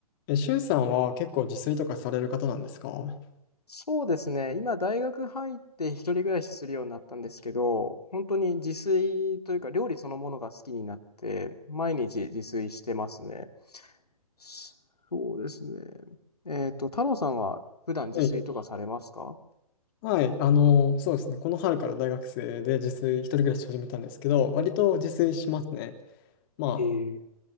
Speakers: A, on the left; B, on the left.
A: え、しゅんさんは結構自炊とかされる方なんですか
B: そうですね。今、大学入って一人暮らしするようになったんですけど、本当に自炊というか料理そのものが好きになって、毎日自炊してますね。そうですね。えっと、太郎さんは普段自炊とかされますか
A: はい。はい。あの、そうですね。この春から大学生で自炊、一人暮らし始めたんですけど、割と自炊しますね。まあ、
B: ええ、